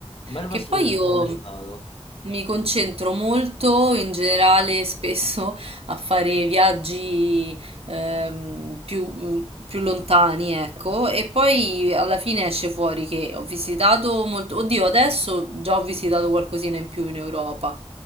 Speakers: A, on the left; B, on the right.
A: Belfast
B: Che poi
A: non ci
B: io
A: sono mai stato.
B: mi concentro molto in generale <laughs> spesso a fare viaggi ehm, più, più lontani, ecco, e poi alla fine esce fuori che ho visitato molto. Oddio, adesso già ho visitato qualcosina in più in Europa.